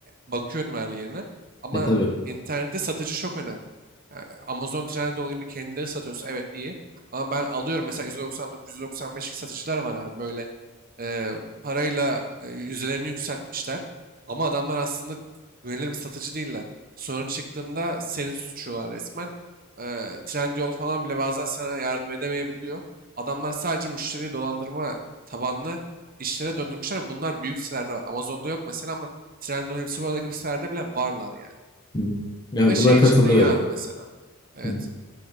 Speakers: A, on the right (about 40°); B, on the left (about 20°).
A: bakıyorum her yerine. Ama
B: E tabii.
A: internette satıcı çok önemli. Yani Amazon, Trendyol gibi kendileri satıyorsa evet iyi. Ama ben alıyorum mesela 199-195'lik satıcılar var abi böyle e, parayla e, yüzdelerini yükseltmişler. Ama adamlar aslında güvenilir bir satıcı değiller. Sorun çıktığında seni suçluyorlar resmen. E, Trendyol falan bile bazen sana yardım edemeyebiliyor. Adamlar sadece müşteriyi dolandırma tabanlı işlere döndürmüşler. Bunlar büyük sitelerde var. Amazon'da yok mesela ama Trendyol hepsi bu arada gibi sitelerde bile varlar yani.
B: Hı hı. Ya
A: Ve şey
B: buna katılıyorum.
A: için de iyi abi mesela. Evet.
B: Hı hı.